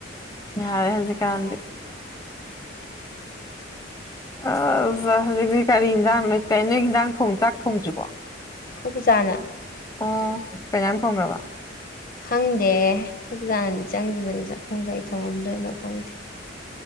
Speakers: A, on the left; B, on the left.
A: ꯌꯥꯔꯦ ꯍꯖꯤ ꯀꯗꯗꯤ ꯑ ꯍꯧꯖꯤꯛꯁꯤ ꯀꯔꯤ ꯌꯦꯟꯁꯥꯡꯅꯣꯏ ꯀꯩꯅꯣ ꯍꯟꯖꯥꯡ ꯊꯣꯡ ꯆꯥꯛ ꯊꯣꯡꯗ꯭ꯔꯤꯕꯣ
B: ꯑꯩꯈꯣꯏꯕꯨꯖꯥꯅ
A: ꯑꯣ ꯀꯩꯅꯝ ꯐꯣꯡꯈ꯭ꯔꯕ
B: ꯈꯪꯗꯦ ꯈꯨꯛꯖꯥꯅꯗꯤ ꯆꯪꯈꯤꯕꯅꯤ ꯆꯥꯛꯈꯨꯝ ꯀꯩ ꯊꯣꯡꯉꯝꯗꯣꯏꯅꯣ ꯈꯪꯗꯦ